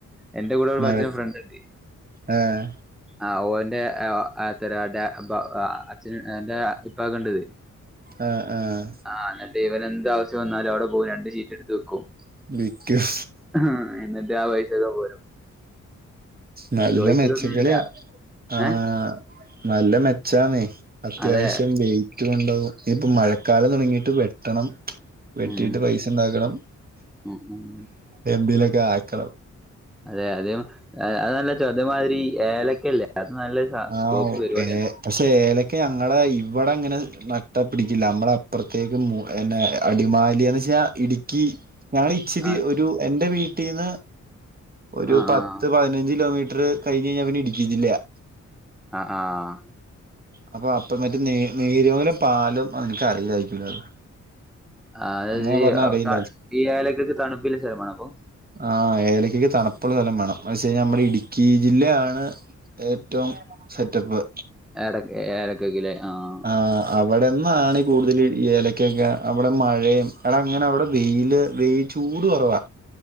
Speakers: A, in the centre; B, on the right (about 30°).
A: എന്റെ കൂടെ ഒരു
B: മഴ
A: പഠിച്ച ഫ്രണ്ട്ണ്ട്
B: ആഹ്
A: ആഹ് ഓന്റെ ആഹ് അത്തടടെ അമ്പോ അച്ഛൻ എന്റെ ഇപ്പക്ക് ഇണ്ട് ഇത്
B: ആഹ് ആഹ്
A: ആഹ് അന്നട്ട് ഇവന് എന്താവശ്യം വന്നാലും അവിടെ പോവും രണ്ട് സീറ്റ് ടുത്ത് വിക്കും
B: വിക്കും
A: ഹ എന്നിട്ട് ആഹ് പൈസൊക്കെ പോരും
B: നല്ല
A: ചോദിക്കലൊന്നുല്ല
B: മെച്ചക്കളിയ ആഹ്
A: ഏഹ്
B: നല്ല മെച്ചന്നേ അത്യാവശ്യം
A: അതെ
B: വെയിറ്റ് ഉണ്ടാവും ഇപ്പ മഴ കാലം തുടങ്ങിട്ട് വെട്ടണം വെട്ടിട്ട്
A: ഉം ഉം
B: പൈസ ഉണ്ടാക്കണം
A: ഉം ഉം
B: എന്തെലും ഒക്കെ ആക്കണം
A: അതെ അതെ അത് ചോദേ മാതിരി ഏലക്കല്ലേ അത് നല്ല ഒരു സ
B: ആഹ്
A: സ്കോപ്പ് പരിപാടിയാണ്
B: ഏ പക്ഷെ ഏലക്ക ഞങ്ങളെ ഇവിടെ ഇങ്ങനെ നട്ട പിടിക്കില്ല നമ്മളെ അപ്പുറത്തേക്ക് മു പിന്നെ അടിമാലിന്ന് വെച്ചാൽ ഇടുക്കി ഞങ്ങടെ ഇച്ചിരി
A: ആഹ്
B: ഒരു എന്റെ വീട്ടിന്ന് ഒരു
A: ആഹ്
B: പത്ത്
A: ആഹ്
B: പതിനഞ്ച് കിലോമീറ്റർ കഴിഞ്ഞ്ഴിഞ്ഞ പിന്നെ ഇടുക്കി ജില്ലയാ
A: അ ആഹ്
B: അപ്പൊ അപ്പ മറ്റേ നേ നീരലും പാലും നിനക്ക് അറില്ലായിരിക്കും അല്ലോ അത്
A: ആഹ് അതായത്
B: അങ്ങനെ പറഞ്ഞാ അറിയില്ല
A: ഈ ഏലക്കക്ക് തണുപ്പില് സ്ഥലമേണം അപ്പം
B: ആഹ് ഏലക്കക്ക് തണുപ്പുള്ള സ്ഥലം വേണം എന്ന് വെച്ച് കഴിഞ്ഞാൽ നമ്മുടെ ഇടുക്കി ജില്ലയാണ് ഏറ്റവും സെറ്റപ്പ്
A: എടക്ക് ഏലക്കക്കിലെ ആഹ്
B: ആഹ് അവിടെന്നാണ് കൂടുതൽ ഏലക്കക്കെ അവിടെ മഴയും എടാ അങ്ങനെ അവിടെ വെയില് വെയിൽ ചൂട് കുറവാ